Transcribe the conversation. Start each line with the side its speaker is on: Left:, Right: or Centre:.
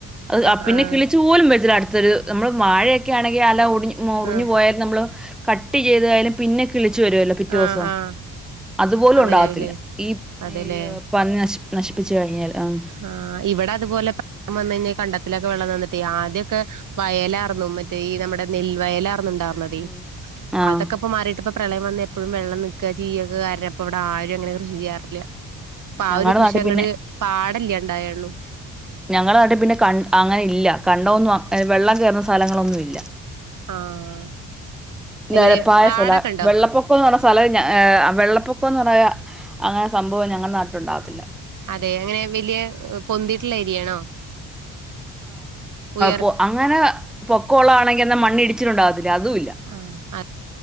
Centre: അത്
Right: ആഹ്
Centre: അ പിന്നെ
Right: ആഹ്
Centre: കിളിച്ചു പോലും വച്ച അടുത്തൊരു നമ്മള് വാഴയൊക്കെ ആണെങ്കി അല്ല ഒ ഒടിഞ്ഞു
Right: ആഹ്
Centre: പോയലും നമ്മള് കട്ട് ചെയ്തായാലും പിന്നെ കിളിച്ച് വരുമല്ലോ പിറ്റേ ദിവസം
Right: ആഹ് ആഹ്
Centre: അതുപോലും
Right: അങ്ങനെ
Centre: ഉണ്ടാവത്തില്ല
Right: ആവുലേ
Centre: ഈ
Right: അതെല്ലേ
Centre: പന്നി നശി നശിപ്പിച്ചു കഴിഞ്ഞാൽ ആഹ്
Right: ആ ഇവിടെ അതുപോലെ പം വന്ന് കഴിഞ്ഞാൽ കണ്ടത്തിലൊക്കെ വെള്ളം നിന്നിട്ടേ ആദ്യൊക്കെ വയലാർന്നു
Centre: ഉം
Right: മറ്റേ ഈ നമ്മുടെ നെൽവയലർ ണ്ടാർന്നതെ
Centre: ഉം ആഹ്
Right: അതൊക്കെ മാറിട്ട് ഇപ്പം പ്രളയം വന്നെ എപ്പോഴും വെള്ളം നിക്കാ ചെയൊക്കെ കാരണം ഇപ്പ ഇവിടെ ആരും അങ്ങനെ കൃഷി ചെയ്യാറില്ല അപ്പൊ
Centre: ഞങ്ങടെ
Right: ആ ഒരു കൃഷി
Centre: നാട്ടിൽ
Right: അങ്ങട്
Centre: പിന്നെ
Right: പാടല്ല്യണ്ടായണ്ണു
Centre: ഞങ്ങളെ നട്ടി പിന്നെ കണ്ട അങ്ങനെ ഇല്ല കണ്ട ഒന്നും വെള്ളം കയറുന്ന സ്ഥലങ്ങളൊന്നും ഇല്ല
Right: ആഹ്
Centre: നിരപ്പായ
Right: എങ്ങനെ കാടൊക്കെ
Centre: സ്ഥല
Right: ഉണ്ടോ
Centre: വെള്ളപ്പൊക്ക പൊക്കന്ന് പറഞ്ഞ സ്ഥലം വെള്ളപ്പൊക്കം എന്ന് പറയ അങ്ങനെ സംഭവം ഞങ്ങളുടെ നാട്ടിലുണ്ടാവത്തില്ല
Right: അതെ അങ്ങനെ വലിയ പൊന്തിട്ടുള്ള ഏരിയാണോ ഉയർ
Centre: മൊ അങ്ങനെ പൊക്കോള്ള ആണെങ്കിൽ എന്ന മണ്ണിടിച്ചിട്ടുണ്ടാകത്തില്ലേ അതുംല്ല
Right: ആഹ് ആഹ്